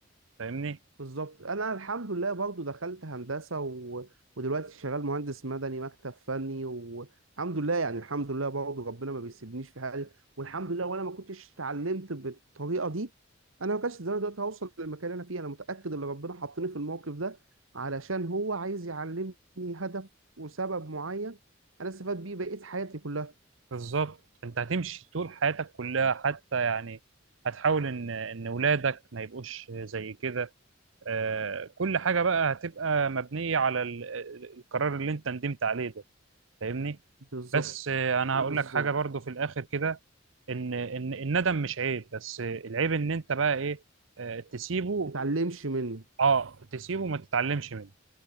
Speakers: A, on the right (about 70°); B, on the right (about 90°).
A: فاهمني
B: بالظبط انا الحمد لله برضو دخلت هندسه و... ودلوقتي شغال مهندس مدني مكتب فني والحمد لله يعني الحمد لله برضو ربنا ما بيسيبنيش في حالي والحمد لله وانا ما كنتش اتعلمت بالطريقه دي انا ما كانش زمان دلوقتي هوصل للمكان اللي انا فيه انا متاكد ان ربنا حطني في الموقف ده علشان هو عايز يعلمني هدف وسبب معين انا استفاد بيه بقيت حياتي كلها
A: بالظبط انت هتمشي طول حياتك كلها حتى يعني هتحاول ان ان ولادك ما يبقوش زي كده آه، كل حاجه بقى هتبقى مبنيه على ال- آه، القرار اللي انت ندمت عليه ده فاهمني
B: بالظبط
A: بس آه، انا
B: بالظبط
A: هقول لك حاجه برضو في الاخر كده ان ان الندم مش عيب بس آه، العيب ان انت بقى ايه آه، تسيبه
B: متعلمش منه
A: اه تسيبه وما تتعلمش منه